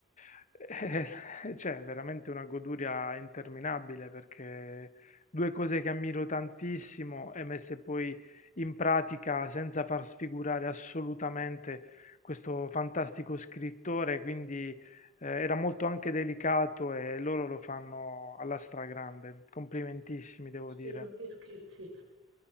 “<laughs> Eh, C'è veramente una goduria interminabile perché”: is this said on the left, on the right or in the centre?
Left